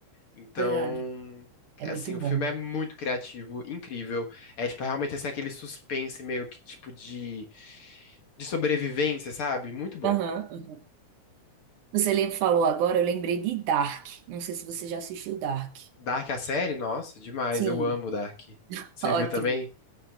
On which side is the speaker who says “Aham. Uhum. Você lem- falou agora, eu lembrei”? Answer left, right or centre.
Right